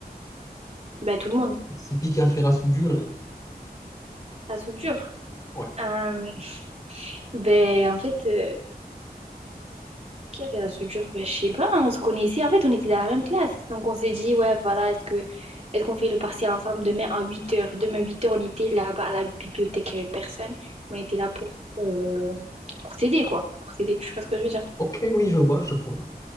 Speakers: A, on the right; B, on the left.
A: Ben, tout le monde.
B: C'est qui qui a fait la soudure?
A: La soudure.
B: Ouais.
A: Euh, ben, en fait, euh, qui avait la soudure? Ben, je sais pas, hein, on se connaissait. En fait, on était dans la même classe. Donc, on s'est dit, ouais, voilà, est-ce que est-ce qu'on fait le partiel ensemble demain à huit heures Demain à 8h, on était là-bas à la bibliothèque, il n'y avait personne. On était là pour, euh, pour s'aider, quoi. Pour s'aider, tu vois ce que je veux dire?
B: Ok, oui, je vois, je vois.